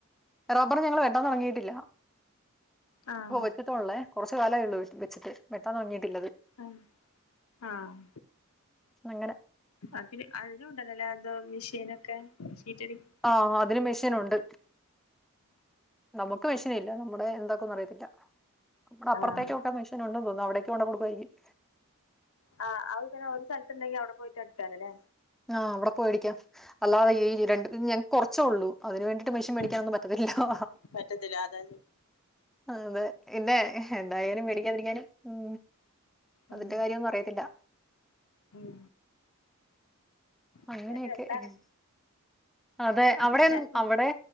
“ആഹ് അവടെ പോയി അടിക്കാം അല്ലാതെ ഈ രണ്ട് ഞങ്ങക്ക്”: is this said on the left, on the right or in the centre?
Centre